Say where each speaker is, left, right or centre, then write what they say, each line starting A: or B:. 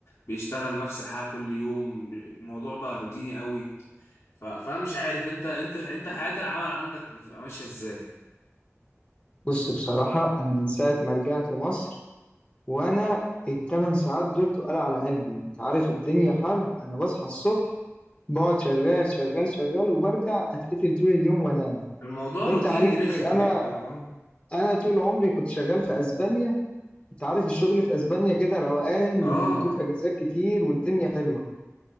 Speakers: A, on the left (about 85°); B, on the left (about 25°).
A: بيشتغل نفس الحاجة كل يوم الموضوع بقى روتيني قوي ف... فانا مش عارف انت انت انت حياة العمل عندك بتبقى ماشية ازاي
B: بص بصراحة انا من ساعة ما رجعت مصر وانا الثمان ساعات دول تقال على قلبي انت عارف الدنيا حر انا بصحى الصبح بقعد شغال شغال شغال وبرجع اتقتل طول اليوم وانام
A: الموضوع
B: وانت
A: روتيني
B: عارفني
A: رخم
B: انا
A: جدا اه
B: انا طول عمري كنت شغال في اسبانيا انت عارف الشغل في اسبانيا كده روقان وبيدوك
A: اه
B: اجازات كتير والدنيا حلوة